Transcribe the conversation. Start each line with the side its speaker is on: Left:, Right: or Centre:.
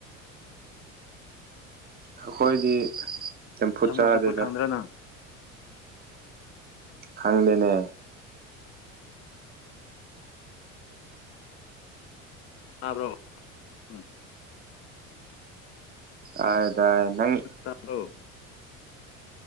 Right: ꯑꯩꯈꯣꯏꯗꯤ ꯆꯝꯐꯨꯠ
Left: ꯁꯥꯃꯨ
Right: ꯆꯥꯗꯦꯗ
Left: ꯆꯝꯐꯨꯠ ꯈꯪꯗ꯭ꯔꯣ ꯅꯪ
Right: ꯈꯪꯗꯦꯅꯦ
Left: ꯇꯥꯕ꯭ꯔꯣ ꯎꯝ
Right: ꯑ ꯗꯥꯏ ꯅꯪ
Left: ꯇꯥꯕ꯭ꯔꯣ